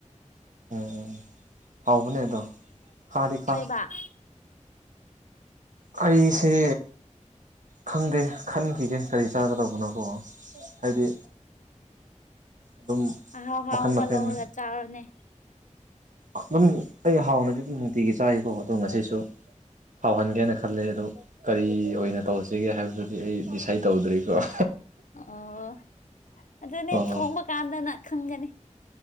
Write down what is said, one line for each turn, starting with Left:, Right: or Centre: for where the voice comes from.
Right: ꯎꯪ ꯎꯪ ꯍꯥꯎꯕꯅꯦ ꯑꯗꯣ ꯈꯥꯗꯤꯈꯥ
Left: ꯍꯥ
Right: ꯑꯩꯁꯦ ꯈꯪꯗꯦ ꯈꯟꯈꯤꯒꯦ ꯀꯔꯤ ꯆꯥꯒꯗꯧꯕꯅꯣꯀꯣ ꯍꯥꯏꯗꯤ ꯑꯗꯨꯝ
Left: ꯑꯍꯥꯎꯕ
Right: ꯃꯈꯟ
Left: ꯑꯍꯥꯎꯕ
Right: ꯃꯊꯦꯜ
Left: ꯂꯧꯔꯒ ꯆꯥꯔꯣꯅꯦ
Right: ꯑꯗꯨꯝ ꯑꯩ ꯍꯥꯎꯅꯗꯤ ꯑꯗꯨꯝ ꯅꯨꯡꯇꯤꯒꯤ ꯆꯥꯏꯀꯣ ꯑꯗꯣ ꯉꯁꯤꯁꯨ ꯍꯥꯎꯍꯟꯒꯦꯅ ꯈꯜꯂꯤ ꯑꯗꯨ ꯀꯔꯤ ꯑꯣꯏꯅ ꯇꯧꯁꯤꯒꯦ ꯍꯥꯏꯕꯗꯨꯗꯤ ꯑꯩ ꯗꯤꯁꯥꯏꯠ ꯇꯧꯗ꯭ꯔꯤꯀꯣ
Left: ꯑꯥꯑ ꯑꯗꯨꯅꯦ
Right: ꯑꯣ
Left: ꯊꯣꯡꯕ ꯀꯥꯟꯗꯅꯦ ꯈꯪꯒꯅꯤ